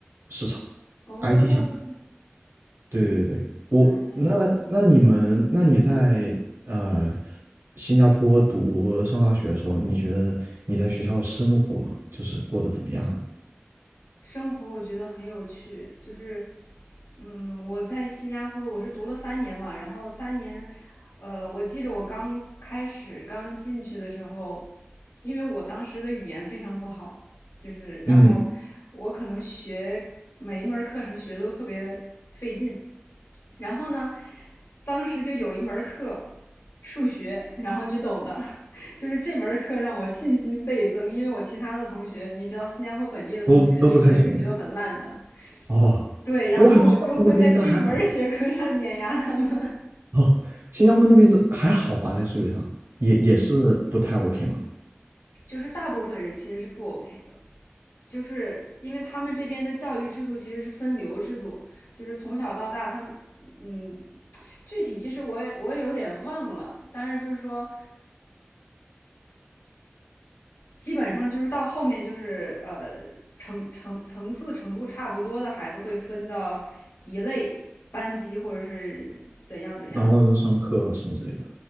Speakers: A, on the right; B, on the left.
A: 市场
B: 哦，
A: ，IT 相。对对对，
B: 原来如
A: 我那那你们那你在呃新加坡读上大学的时候，你觉得你在学校的生活就是过得怎么样？
B: 生活我觉得很有趣，就是，嗯，我在新加坡我是读了三年嘛，然后三年，呃，我记着我刚开始刚进去的时候，因为我当时的语言非常不好，就是然后我可能学每一门儿课程学的都特别费劲，
A: 嗯，
B: 然后呢，当时就有一门课，数学，然后你懂的，<laughs> 就是这门课让我信心倍增，因为我其他的同学，你知道新加坡本地的同学数学肯定都很烂的，
A: 都都不太行。哦，
B: 对，然后我就会在这一门学科上碾压他们，
A: 我感觉新加坡那边应该还好吧？哦，新加坡那边这还好吧，在数学上也也是不太 OK 嘛。
B: <laughs> 就是大部分人其实是不 OK 的。就是因为他们这边的教育制度其实是分流制度，就是从小到大他，嗯，具体其实我也我也有点忘了，但是就是说，基本上就是到后面就是呃层层层次程度差不多的孩子会分到一类班级或者是怎样怎样的。
A: 然后呢，上课什么之类的。